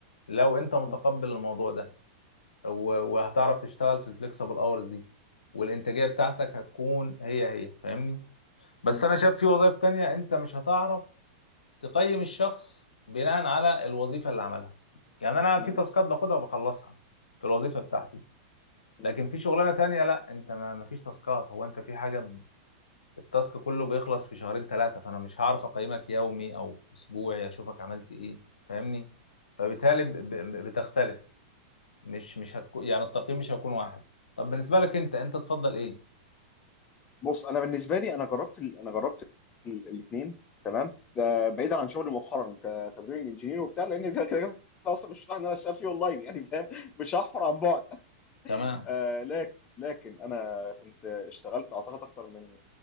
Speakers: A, on the left; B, on the left.
A: لو أنت متقبل
B: م-
A: الموضوع ده و- وهتعرف تشتغل في الفليكسبل اورز دي والإنتاجية بتاعتك هتكون هي هي فاهمني بس
B: م-
A: أنا شايف في وظائف تانية أنت مش هتعرف تقيم الشخص بناء على الوظيفة اللي عملها يعني أنا
B: مم.
A: في تاسكات باخدها وبخلصها في الوظيفة بتاعتي
B: مم.
A: لكن في شغلانه تانية لا انت ما ما فيش تاسكات هو انت في حاجه ب- التاسك كله بيخلص في شهرين ثلاثه فانا مش هعرف اقيمك يومي او اسبوعي اشوفك عملت ايه فاهمني فبالتالي ب- ب- بتختلف مش مش هتكون يعني التقييم مش هيكون واحد طب بالنسبه لك انت انت تفضل ايه
B: بص انا بالنسبه لي انا جربت ال... انا جربت الاثنين تمام ب- بعيدا عن شغلي مؤخرا ك- كدرينج انجينير وبتاع لان ده كده كده اصلا مش متاح ان انا اشتغل فيه اونلاين يعني فاهم مش هحفر عن بعد
A: تمام
B: آه لكن لكن انا كنت اشتغلت اعتقد اكتر من